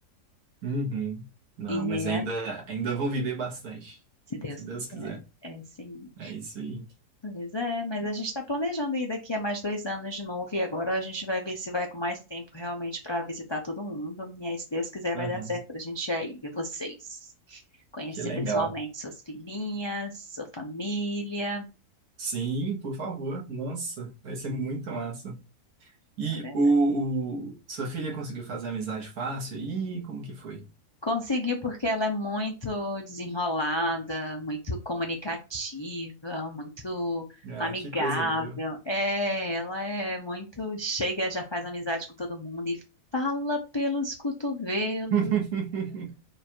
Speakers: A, on the right; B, on the left.
A: Uhum. Não,
B: e
A: mas ainda,
B: é,
A: ainda vão viver bastante,
B: se Deus
A: se Deus
B: quiser,
A: quiser.
B: é sim.
A: É isso aí.
B: Pois é, mas a gente está planejando ir daqui a mais dois anos de novo, e agora a gente vai ver se vai com mais tempo realmente para visitar todo mundo, e aí, se Deus quiser,
A: Uhum.
B: vai dar certo para a gente ir aí ver vocês. Conhecer
A: Que legal.
B: pessoalmente suas filhinhas, sua família,
A: Sim, por favor. Nossa, vai ser muito massa. E
B: é verdade.
A: o, o- sua filha conseguiu fazer amizade fácil? Ih, como que foi?
B: Conseguiu porque ela é muito desenrolada, muito comunicativa, muito
A: Ah,
B: amigável.
A: que coisa boa.
B: É, ela é muito chega, já faz amizade com todo mundo e fala pelos cotovelos.
A: <laughs>